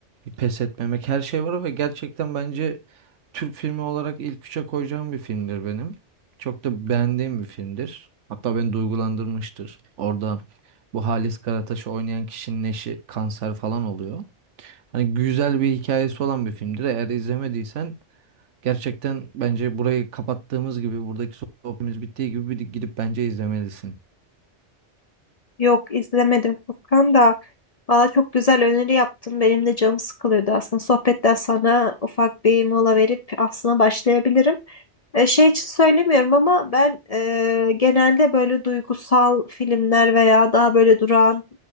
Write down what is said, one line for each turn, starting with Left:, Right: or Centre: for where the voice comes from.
Right: pes etmemek her şey var ve gerçekten bence Türk filmi olarak ilk üçe koyacağım bir filmdir benim. Çok da beğendiğim bir filmdir. Hatta beni duygulandırmıştır. Orada bu Halis Karataş'ı oynayan kişinin eşi kanser falan oluyor. Hani güzel bir hikayesi olan bir filmdir. Eğer izlemediysen gerçekten bence burayı kapattığımız gibi buradaki sohbetimiz bittiği gibi bir gidip bence izlemelisin.
Left: Yok izlemedim Furkan da. Valla çok güzel öneri yaptın. Benim de canım sıkılıyordu aslında. Sohbetten sonra ufak bir mola verip aslında başlayabilirim. E, şey için söylemiyorum ama ben e, genelde böyle duygusal filmler veya daha böyle durağan